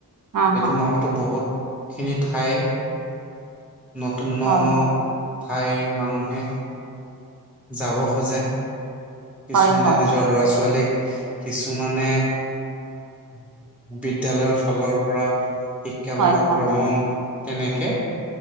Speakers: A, on the right; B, in the centre.
A: অ অ
B: এইটো মাহতো বহুতখিনি ঠাই নতুন
A: হয়
B: ন- ন ঠাইৰ মানুহে যাব খোজে কিছুমানে
A: হয় হয়
B: নিজৰ ল'ৰা- ছোৱালীক কিছুমানে <inaudible> বিদ্যালয়ৰ ফালৰ পৰা শিক্ষামূলক
A: হয় হয়
B: ভ্ৰমণ তেনেকে